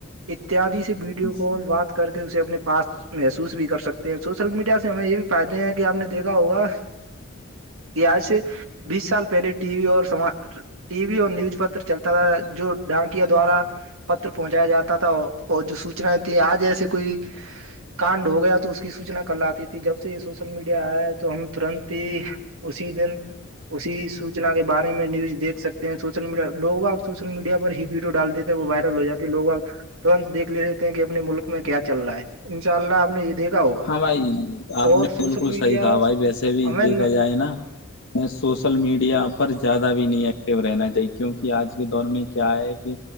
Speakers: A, on the right (about 80°); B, on the left (about 65°).
A: اتیادی سے ویڈیو
B: ہاں
A: کال
B: جی
A: بات کر کے اسے اپنے پاس محسوس بھی کر سکتے ہیں سوشل میڈیا سے ہمیں یہ بھی فائدے ہیں کہ آپ نے دیکھا ہوگا یہ آج سے بیس سال پہلے ٹی وی اور س ٹی وی اور نیوز پتر چلتا تھا جو ڈھانکیا دوارا پت پہنچایا جاتا تھا اور جو سوچنایں تھیں آج ایسے کوئی کاانڈ ہو گیا تو اس کی سوچنا کر لاتی تھی جب سے یہ سوشل میڈیا آ ہے تو ہم ترنت ہی اسی دن اسی سوچنا کے بارے میں نیوز دیک سکتے ہیں سوشل میڈیا لوگ اب سوشل میڈیا پر ہی ویڈیو ڈال دیتے وہ وائرل ہو جاتی لوگ ترنت دھ لیتے ہیں کہ اپنے ملک میں کیا چل رہا ہے ان شاء اللہ آپ نے یہ دیکھا ہوگا
B: ہاں بھائی آپ
A: اور
B: نے
A: سوشل
B: بالکل
A: میڈیا
B: صحیح کہا بھائی
A: سے
B: ویسے بھی
A: ہمیں
B: دیکھا جائے نا سوشل میڈیا پر زیادہ بھی نہیں ایکٹیو رہنا چاہیے کیونکہ آج کے دور میں کیا ہے کہ